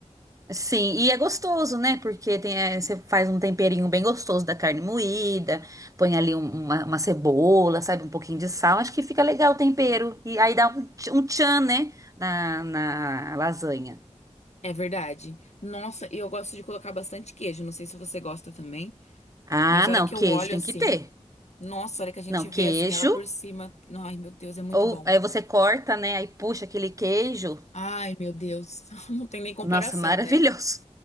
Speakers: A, on the right; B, on the left.
A: Sim, e é gostoso, né? Porque tem, é, você faz um temperinho bem gostoso da carne moída, põe ali um- uma, uma cebola, sabe? Um pouquinho de sal. Acho que fica legal o tempero. E aí dá um, tch- um tchan, né? Na, na lasanha.
B: É verdade. Nossa, e eu gosto de colocar bastante queijo. Não sei se você gosta também,
A: Ah,
B: mas a
A: não,
B: hora que
A: queijo
B: eu olho
A: tem
B: assim,
A: que ter.
B: nossa, a hora que a gente
A: Não,
B: vê
A: queijo.
B: assim ela por cima, ai meu Deus, é muito
A: Ou
B: bom.
A: aí você corta, né? Aí puxa aquele queijo.
B: Ai meu Deus, <laughs> não tem nem comparação,
A: Nossa, <laughs> maravilhoso.
B: né?